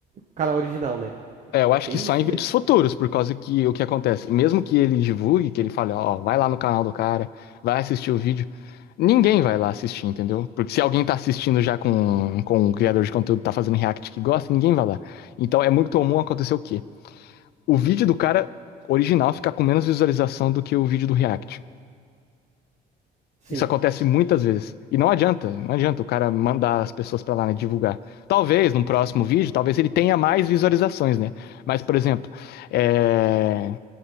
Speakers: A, on the right (about 45°); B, on the left (about 70°).
A: canal original, né?
B: É, eu acho
A: Tem
B: que só
A: isso
B: em
A: também.
B: vídeos futuros, por causa que o que acontece, mesmo que ele divulgue, que ele fale, ó, vai lá no canal do cara, vai assistir o vídeo, ninguém vai lá assistir, entendeu? Porque se alguém tá assistindo já com, com o criador de conteúdo, tá fazendo react que gosta, ninguém vai lá. Então é muito comum acontecer o quê? o vídeo do cara original fica com menos visualização do que o vídeo do React.
A: Sim,
B: Isso acontece muitas vezes. E não adianta, não adianta o cara mandar as pessoas para lá, né, divulgar. Talvez num próximo vídeo, talvez ele tenha mais visualizações, né? Mas, por exemplo, é...